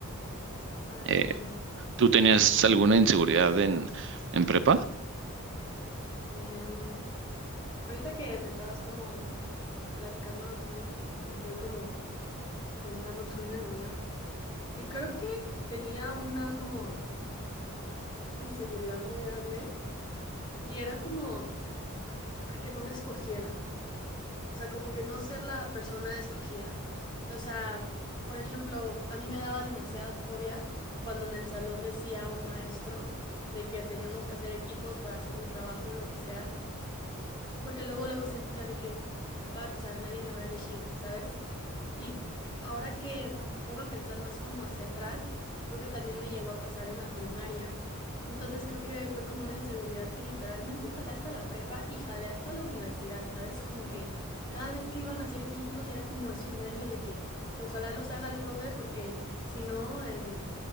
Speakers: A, on the left (about 20°); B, on the right (about 60°).
A: Arre,
B: Eh,
A: arre.
B: ¿tú tenías alguna inseguridad en, en prepa?
A: Em, ahorita que me estabas como platicando lo tuyo, me quedé como pensando <laughs> también en lo mío y creo que tenía una como inseguridad muy grande y era como... a que no me escogieran, o sea, como que no ser la persona escogida. O sea, por ejemplo, a mí me daba demasiada fobia cuando en el salón decía un maestro de que teníamos que hacer equipos para hacer un trabajo, lo que sea, porque luego luego sentía de que, fuck, o sea, nadie me va a elegir, ¿sabes? Y c- ahora que me pongo a pensar más como hacia atrás, creo que también me llegó a pasar en la primaria. Entonces creo que fue como una inseguridad que literalmente jalé hasta la prepa y jalé hasta la universidad, ¿sabes? Como que cada vez que iban a hacer equipos era como esos nervios de que ojalá los haga el profe porque si no, em,